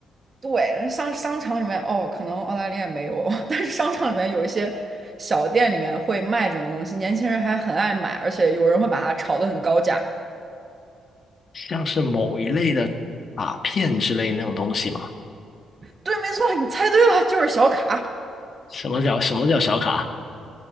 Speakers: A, on the right; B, on the left.
A: 对，商商场里面哦，可能澳大利亚没有，<laughs> 但是商场里面有一些小店里面会卖这种东西，年轻人还很爱买，而且有人会把它炒得很高价。
B: 像是某一类的卡片之类那种东西嘛。
A: 对，没错，你猜对了，就是小卡。
B: 什么叫什么叫小卡？